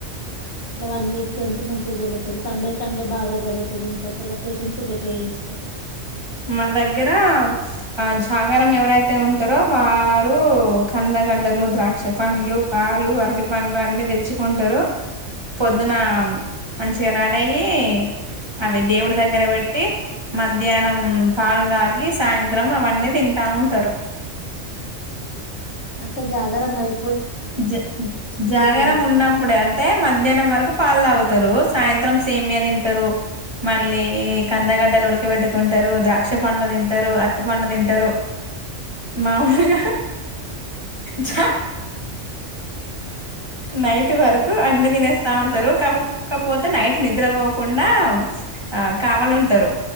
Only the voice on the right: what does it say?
మా దగ్గర ఆ జాగారం ఎవరైతే ఉంటారో వారు కం ద గడ్డలు ద్రాక్ష పండ్లు పాలు అరటి పండ్లు అన్ని తెచ్చుకుంటారు పొద్దున మంచిగా రడయ్యి అవి దేవుడి దగ్గర పెట్టి మధ్యాహ్నం మ్మ్ పాలు తాగి సాయంత్రం అవన్నీ తింటా ఉంటారు
జ జాగరం
ఉన్నప్పుడే అంటే మధ్యాహ్నం వరకు పాలు తాగుతారు సాయంత్రం సేమియా తింటారు మళ్ళీ కందగడ్డలు ఉడకబెట్టుకుంటారు ద్రాక్ష పండ్లు తింటారు అరటి పండ్లు తింటారు మామూలుగా జ నైటు వరకు అన్ని తినేస్తా ఉంటారు కాప్ కాకపోతే నైట్ నిద్రపోకుండా ఆ కావాలుంటారు